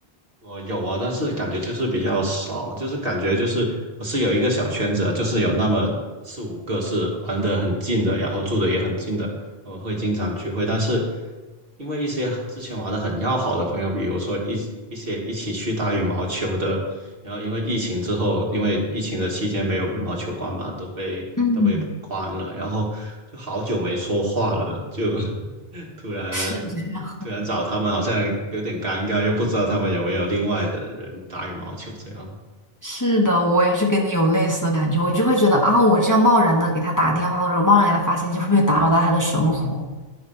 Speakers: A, on the right; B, on the left.
A: 我有啊，但是感觉就是比较少，就是感觉就是我是有一个小圈子的就是有那么四五个是玩的很近的，然后住的也很近的，我们会经常聚会。但是因为一些之前玩的很要好的朋友，比如说一一些一起去打羽毛球的，然后因为疫情之后，因为疫情的期间没有羽毛球馆嘛，都被都被关了，
B: 嗯，
A: 然后就好久没说话了，就 <laughs> 突然
B: 是
A: 突然找他们好像有点尴尬，又不知道他们有没有另外的人打羽毛球这样。
B: 是的，我也是跟你有类似的感觉，我就会觉得啊，我这样贸然的给他打电话，或者贸然给他发信息，会不会打扰到他的生活？